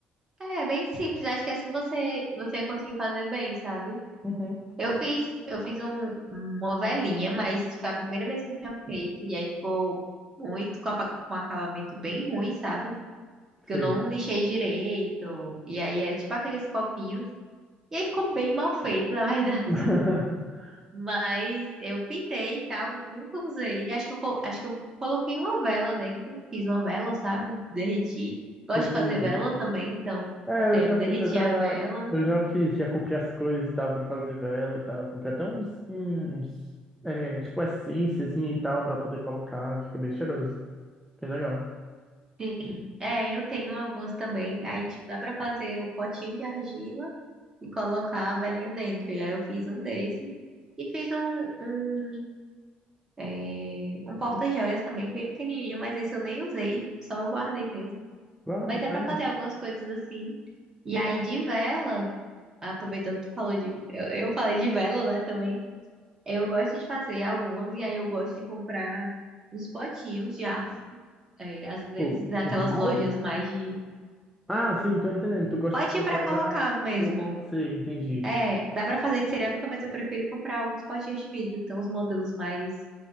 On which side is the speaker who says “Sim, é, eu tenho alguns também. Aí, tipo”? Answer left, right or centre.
Right